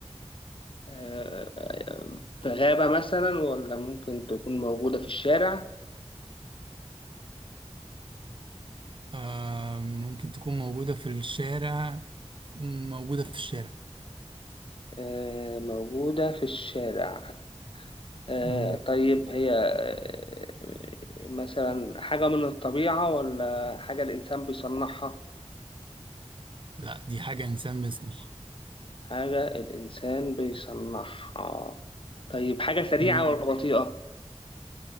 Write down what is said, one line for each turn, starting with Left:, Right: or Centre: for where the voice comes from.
Left: آه، آه، في غابة مثلا ولا ممكن تكون موجودة في الشارع
Right: آه ممكن تكون موجودة في الشارع مم، موجودة في الشارع
Left: آه، موجودة في الشارع آه،
Right: مم.
Left: طيب هي آه، مثلا حاجة من الطبيعة ولا حاجة الإنسان بيصنعها
Right: لا دي حاجة إنسان بيصنعها
Left: حاجة الإنسان بيصنعها طيب حاجة سريعة
Right: مم.
Left: ولا بطيئة